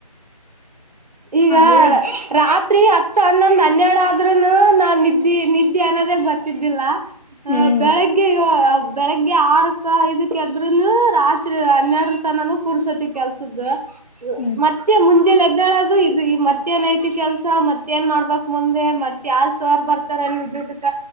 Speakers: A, on the right (about 80°); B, on the left (about 80°).
A: ಈಗ
B: ಹೇಳು
A: ರಾತ್ರಿ ಹತ್ತು ಹನ್ನೊಂದು್ ಹನ್ನೆರಡು ಆದ ಆದ್ರೂನು ನಾವ್ ನಿದ್ದೆ ನಿದ್ದೆ ಅನ್ನೋದೇ ಗೊತ್ತಿದ್ದಿಲ್ಲ
B: ಹ್ಮ್
A: ಅ ಬೆಳಿಗ್ಗೆ ಬೆಳಿಗ್ಗೆ ಆರು ಅಕ್ಕ ಇದಕ್ಕೆದ್ೂನು ರಾತ್ರಿ ಹನ್ನೆರಡರ ತನಾನೂ ಪುರುಷೊತ್ತ ಕೆಲ್ಸದ
B: ಹ್ಮ್
A: ಮತ್ತೆ ಮುಂದೆಲ್ಲ ಇದಳದು ಇದು ಮತ್ತೇನ್ ಐತಿ ಕೆಲ್ಸ ಮತ್ತೇನ್ ಮಾಡ್ಬೇಕಕ್ ಮುಂದೆ ಮತ್ತ ಯಾರ್ ಸರ್ ಬರ್ತಾರೆ ಟಕ